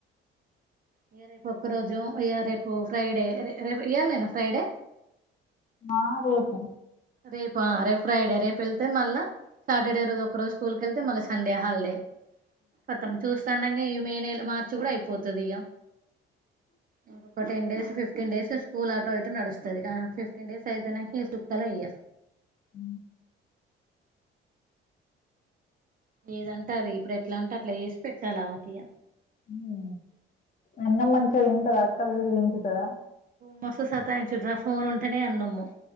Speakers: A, on the right; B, on the left.
A: ఇగ రేపొక్క రోజు ఇగ రేప్ ఓ ఫ్రైడే రె రె రేప్ ఈయల్ నేనా ఫ్రైడే
B: ఆ రేపు
A: రేపా రేపు ఫ్రైడే రేపు వెళ్తే మళ్ళా సాటర్డే రోజు ఒక్క రోజు స్కూల్కి వెళ్తే మళ్ళ సండే హాల్ డే కతం చూస్తాండగ ఇ మే నెల్ మార్చి కూడా అయిపోత్ తదియ ఇంకొక ten days fifteen days school auto ఇటో నడుస్ తది ఆ ఫిఫ్ టెన్ డేస్ ఐపోయినంక ఇగ సుక్కలే ఇగ
B: ఊ
A: ఏదంటా అది ఇప్పుడు ఎట్లా అంట అట్ల ఏసి పెట్టాలి ఆమెకిగ
B: ఊ అన్నం మంచిగ తింటద అక్కకు దీనిపితదా
A: మస్త్ సతాయించుడ్ర ఫోన్ ఉంటేనే అన్నము